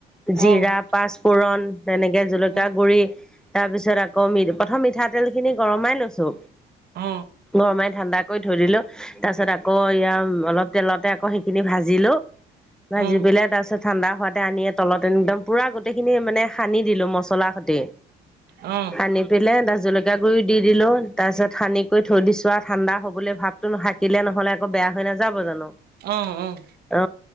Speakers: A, in the centre; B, on the right (about 70°).
A: জিৰা,
B: অ', অ',
A: পাঁচফোৰণ, তেনেকে জলকীয়া
B: অ',
A: গুড়ি তাৰ পিছত আকৌ মি প্ৰথম মিঠাতেল খিনি গৰমাই লৈছোঁ।
B: অ,
A: গৰমাই ঠাণ্ডা কৰি থৈ দিলোঁ। তাৰ পিছত আকৌ এয়া অলপ তেলতে আকৌ সেইখিনি ভাজিলোঁ। ন
B: অ',
A: যিবিলাক আছে ঠাণ্ডা হোৱাতে আনি তলত একদম পুৰা গোটেইখিনি মানে সানি দিলোঁ মছলা সৈতে
B: অ',
A: সানি পেলাই তাত জলকীয়া গুড়ি দি দিলোঁ তাৰপিছত সানিকৈ থৈ দিছোঁ আৰু ঠাণ্ডা হ'ব বুলি ভাব শাকিলে নহলে আকৌ বেয়া হৈ নাযাব জানো?
B: অ, অ,
A: অ,